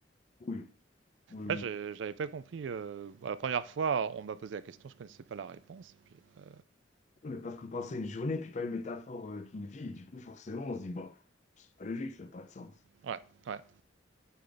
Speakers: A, on the left; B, on the right.
A: oui, oui, oui.
B: Moi, je- j'avais pas compris. euh, bon, la première fois, on m'a posé la question, je connaissais pas la réponse. et puis, euh,
A: Mais parce qu'on pensait une journée, puis pas une métaphore euh, d'une vie. Du coup, forcément, on se dit, bon, c'est pas logique, ça n'a pas de sens.
B: Ouais, ouais.